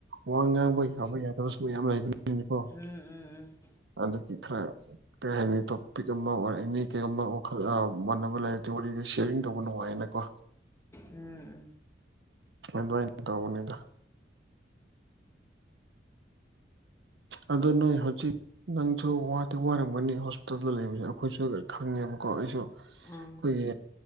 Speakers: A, on the right; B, on the left.
A: ꯋꯥ ꯉꯥꯡꯕ ꯌꯥꯕ ꯌꯥꯗꯕꯁꯨ ꯃꯌꯥꯝ ꯂꯩꯕꯅꯤ ꯅꯤꯀꯣ
B: ꯎꯝ
A: ꯑꯗꯨꯒꯤ ꯈꯔ ꯀꯩ ꯍꯥꯏꯅꯤ ꯇꯣꯄꯤꯛ ꯑꯃ ꯑꯣꯔ ꯑꯦꯅꯤ ꯀꯦꯛ ꯑꯃ ꯋꯥꯈꯜ ꯃꯥꯟꯅꯕ ꯂꯩꯔꯗꯤ ꯁꯌꯥꯔꯤꯡ ꯇꯧꯕ ꯅꯨꯡꯉꯥꯏꯌꯦꯅꯀꯣ
B: ꯎꯝ ꯎꯝ
A: ꯑꯗꯨꯃꯥꯏꯅ ꯇꯧꯕꯅꯤꯗ ꯑꯗꯨ ꯅꯣꯏ ꯍꯧꯖꯤꯛ ꯅꯪꯁꯨ ꯋꯥꯗꯤ ꯋꯥꯔꯝꯒꯅꯤ ꯍꯣꯁꯄꯤꯇꯥꯜꯗ ꯂꯩꯕꯁꯦ ꯑꯩꯈꯣꯏꯁꯨ ꯈꯪꯉꯦꯕꯀꯣ ꯑꯩꯁꯨ
B: ꯎꯝ ꯎꯝ ꯎꯝ ꯑꯥ
A: ꯑꯩꯈꯣꯏꯒꯤ